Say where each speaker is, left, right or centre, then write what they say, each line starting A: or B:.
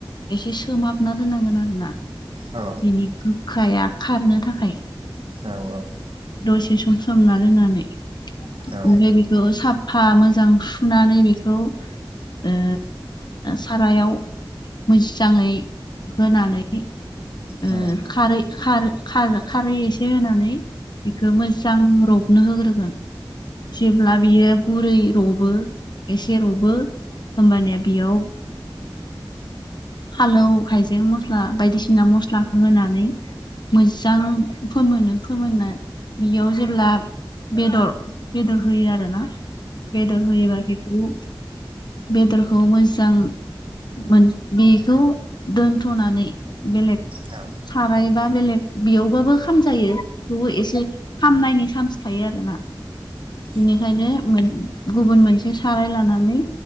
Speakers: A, on the left; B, on the right.
A: एसे सोमहाबना दोननांगोन आरो ना
B: औ
A: बिनि गोखाया खारनो थाखाय
B: औ औ
A: दसे सम सोमना दोननानै
B: औ
A: ओमफ्राय बेखौ साब फा मोजां सुनानै बेखौ ओ सारायाव मोजाङै होनानै ओ
B: औ
A: खारै खारै खारै एसे होनानै बेखौ मोजां रब नो होग्रोगोन जेब्ला बियो गुरै रबो एसे रबो होमबानिया बेयाव फानलौ हाइजें मस्ला बायदिसिना मस्लाखौ होनानै मोजां फोमोनो फोमोनना बेयाव जेब्ला बेदर बेदर होयो आरोना बेदर होयोबा बिदि बेदरखौ मोजां मोन बेखौ दोनथ'नानै बेलेग
B: औ
A: साराय बा बेलेग बेयावबाबो खामजायो थेवबो एसे खामनायनि चान्स थायो आरोना बिनिखायनो
B: औ
A: गुबुन मोनसे साराय लानानै